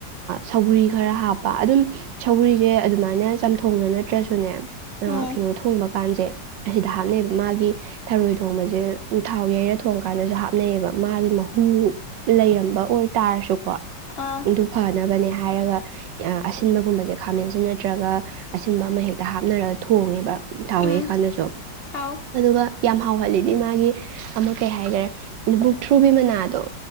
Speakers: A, on the right; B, on the left.
A: ꯁꯧꯒꯔꯤ ꯈꯔ ꯍꯥꯞꯄ ꯑꯗꯨꯝ ꯁꯧꯒꯔꯤꯁꯦ ꯑꯗꯨꯃꯥꯏꯅ ꯆꯝꯊꯣꯡꯅ ꯅꯠꯇ꯭ꯔꯁꯨꯅꯦ
B: ꯎꯝ
A: ꯀꯩꯅꯣ ꯊꯣꯡꯕ ꯀꯥꯟꯁꯦ ꯑꯁꯤꯗ ꯍꯥꯞꯅꯩꯕ ꯃꯥꯒꯤ ꯊꯔꯣꯏ ꯊꯣꯡꯕꯁꯦ ꯊꯥꯎ ꯌꯩꯔ ꯊꯣꯡꯉ ꯀꯥꯟꯗꯁꯨ ꯍꯥꯞꯅꯩꯌꯦꯕ ꯃꯥꯒꯤ ꯃꯍꯨ ꯂꯩꯔꯝꯕ ꯑꯣꯏ ꯍꯥꯏꯇꯥꯔꯁꯨꯀꯣ
B: ꯑꯥ
A: ꯑꯗꯨ ꯐꯅꯕꯅꯦ ꯍꯥꯏ ꯍꯥꯏꯔꯒ ꯑꯁꯤꯟꯕꯒꯨꯝꯕꯁꯦ ꯈꯥꯃꯦꯟꯁꯤ ꯅꯠꯇ꯭ꯔꯒ ꯑꯁꯤꯟꯕ ꯑꯃ ꯍꯦꯛꯇ ꯍꯥꯞꯅꯔꯒ ꯊꯣꯡꯉꯦꯕ ꯇꯥꯎꯋꯦ
B: ꯎꯝ
A: ꯀꯥꯟꯗꯁꯨ
B: ꯑꯥꯎ
A: ꯑꯗꯨꯒ ꯌꯥꯝ ꯍꯥꯎꯍꯜꯂꯤꯗꯤ ꯃꯥꯒꯤ ꯑꯃ ꯀꯩ ꯍꯥꯏꯈꯔꯦ ꯕꯨꯛ ꯊ꯭ꯔꯨꯕꯤ ꯃꯅꯥꯗꯣ